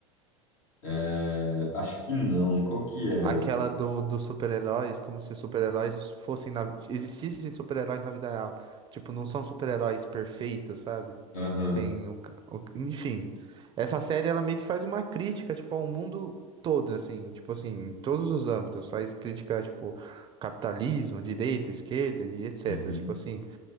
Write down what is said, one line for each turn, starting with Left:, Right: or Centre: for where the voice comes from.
Left: É, acho que não. Qual que é?
Right: Aquela do, dos super-heróis, como se super-heróis fossem na... Existissem super-heróis na vida real. Tipo, não são super-heróis perfeitos, sabe?
Left: Aham.
Right: Tem o, ca- o- enfim, essa série ela meio que faz uma crítica, tipo, ao mundo todo, assim, tipo assim, em todos os âmbitos, faz crítica, tipo, capitalismo, direita, esquerda e etc,
Left: Uhum.
Right: tipo assim.